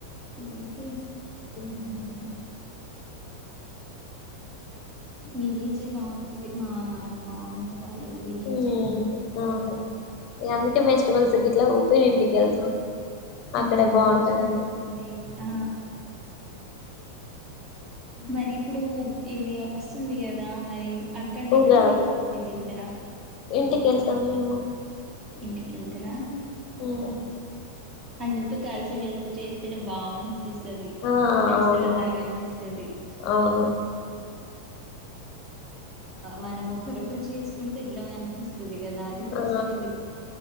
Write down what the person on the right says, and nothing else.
ఏంటీ
విలేజీ బావుంటది మా నానమ్మా అమ్మమ్మ వాళ్ళది విలేజే
అవును
వెజిటేబుల్స్ ఉంటాయి ఆ మరి ఇప్పుడు ఇది వస్తుంది కదా మరీ అక్కడ్నేనా
లేకపోతే వెళ్తరా
ఇంటికెళ్తరా <inaudible>
అందరితో కలిసిమెలిసి చేస్తేనే బాగుం అనిపిస్తది
ఒక ఫెస్టివల్
లాగా అనిపిస్తది హు
మనం ఒకరొకరు చేసుకుంటే ఎట్లా కనిపిస్తుం దిగా ఆది ఫేస్టివల్లీ